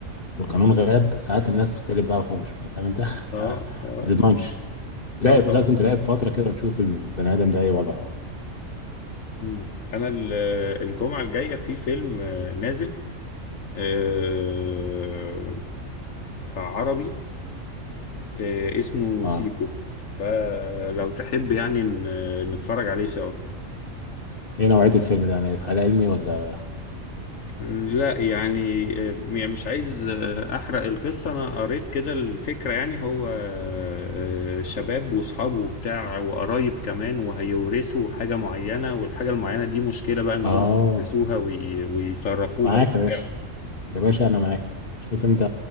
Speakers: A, on the left (about 45°); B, on the left (about 75°).
A: والقانون غاب ساعات الناس بتقلب بقى وحوش بقى فاهم انت <laughs>
B: اه
A: آه،
B: اه
A: ما تضمنش تراقب
B: اه طبعا
A: لازم تراقب فتره كده وتشوف البني ادم ده ايه وضعه
B: مم. انا ال- الجمعه الجايه في فيلم آه، نازل آه، عربي آه، اسمه
A: اه
B: سيكو فلو تحب يعني ن- نتفرج عليه سوا
A: ايه نوعيه الفيلم ده يعني خيال علمي ولا
B: لا يعني آه، يعني مش عايز آه، أحرق القصة أنا قريت كده الفكرة يعني هو آه، شباب وأصحابه وبتاع وقرايب كمان وهيورثوا حاجة معينة والحاجة المعينة دي مشكلة بقى إن
A: اه
B: هم يلبسوها وي- ويصرفوها
A: معاك
B: وبتاع
A: يا باشا يا باشا انا معاك شوف انت